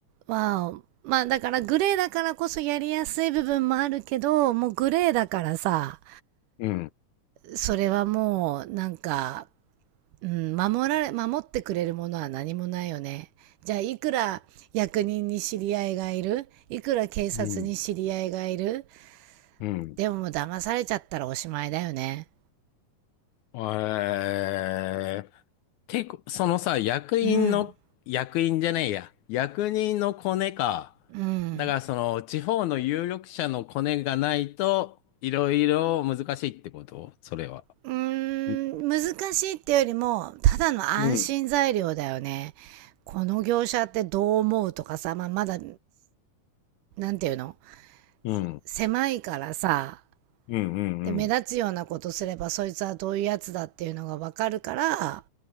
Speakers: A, on the right; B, on the left.
A: ー、まあ、まあだからグレーだからこそやりやすい部分もあるけど、もうグレーだからさ、
B: うん、
A: それはもうなんか、うん、守られ、守ってくれるものは何もないよね。じゃあいくら役人に知り合いがいるいくら警察に知り合いがいる
B: うん、うん。
A: でももう騙されちゃったらおしまいだよね。
B: えー、てこ、そのさ、役員の、
A: うん。
B: 役員じゃねえや。役人のコネか。
A: うん。
B: だからその、地方の有力者のコネがないと、いろいろ難しいってことそれは。
A: うーん、
B: う
A: 難しいってよりも、ただの安心材料だよね。
B: うん。
A: この業者ってどう思うとかさ、まあ、まだなんていうの
B: うん。
A: 狭いからさ、
B: うん。
A: で、目立つようなことすれば、
B: うん。
A: そいつはどういうやつだっていうのがわかるから、